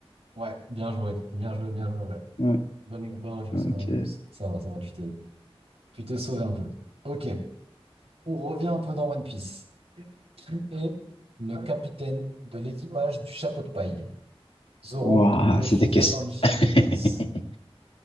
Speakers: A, on the right (about 75°); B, on the left (about 65°).
A: Ouais, bien joué, bien joué, bien joué. ouais.
B: Ouais,
A: Bonne, bonne réponse,
B: ok.
A: bonne réponse. Ça va, ça va, tu t'es, tu t'es sauvé un peu. Ok, on revient un peu dans One Piece. Qui est le capitaine de l'équipage du chapeau de paille? Zoro,
B: Waouh,
A: Luffy,
B: c'était question.
A: Sanji,
B: <laughs>
A: Ace.